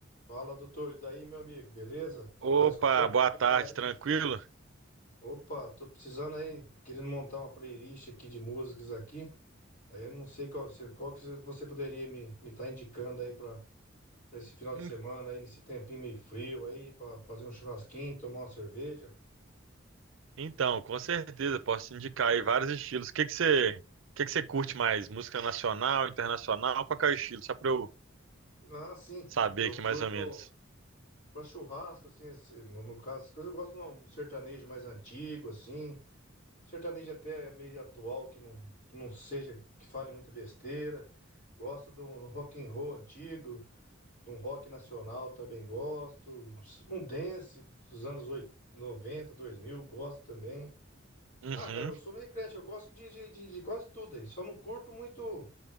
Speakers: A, on the left; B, on the right.
A: Fala, doutor. E daí, meu amigo, beleza?
B: Opa,
A: Tá escutando
B: boa
A: o que
B: tarde,
A: por aí?
B: tranquilo?
A: Opa, tô precisando aí, querendo montar uma playlist aqui de músicas aqui. Aí eu não sei qual, você- qual que você poderia me me tá indicando aí pra para esse final
B: Hum,
A: de semana aí, nesse tempinho meio frio aí, pra fazer um churrasquinho, tomar uma cerveja.
B: Então, com certeza, posso te indicar aí vários estilos. O que que você, o que que você curte mais? Música nacional, internacional? Qual que é o estilo? Só pra eu
A: Ah, sim.
B: saber
A: Eu
B: aqui
A: curto
B: mais ou menos.
A: pra churrasco assim, esse- no, no caso, essas coisas eu gosto de um sertanejo mais antigo assim. Sertanejo até meio atual, que não, que não seja, que fale muita besteira. Gosto de um rock and roll antigo, de um rock nacional também gosto. Um dance dos anos oit- 90 2000 gosto também.
B: Uhum.
A: Ah, cara, eu sou meio eclético, eu gosto de, de, de- de quase tudo aí. Só não curto muito